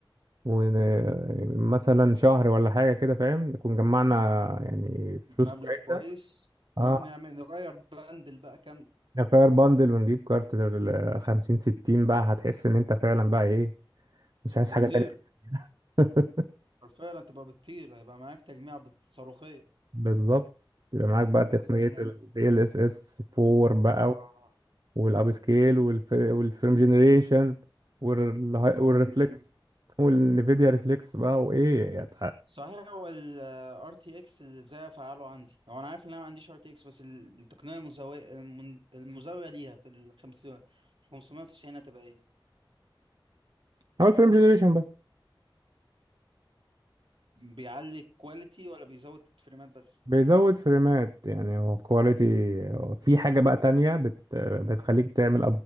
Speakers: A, on the right (about 50°); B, on the right (about 70°).
A: ومثلا شهر ولا حاجة كده فاهم نكون جمعنا يعني فلوس
B: مبلغ
A: كويسة
B: كويس
A: اه
B: نروح نعمل نغير بندل بقى كام
A: نغير باندل ونجيب كارت لل 50 60 بقى هتحس ان انت فعلا بقى ايه مش عايز
B: بتطير
A: حاجة تانية <laughs>
B: حرفيا تبقى بتطير هيبقى معاك تجميع بت- صاروخية
A: بالظبط يبقى معاك بقى تقنية
B: بس احنا
A: ال DLSS 4
B: اه
A: بقى والاب سكيل والفيلم جنريشن والريفلكس
B: اه بسكيت
A: والنفيديا ريفلكس بقى وايه يعني
B: صحيح هو ال RTX ازاي افعله عندي هو انا عارف ان انا ما عنديش RTX بس ال- التقنية المزاوية المن- المزاوية ليها في ال 50 590 هتبقى ايه
A: هو الفيلم جنريشن بس
B: بيعلي الكواليتي ولا بيزود الفريمات بس
A: بيزود فريمات يعني هو كواليتي في حاجة بقى تانية بت... بتخليك تعمل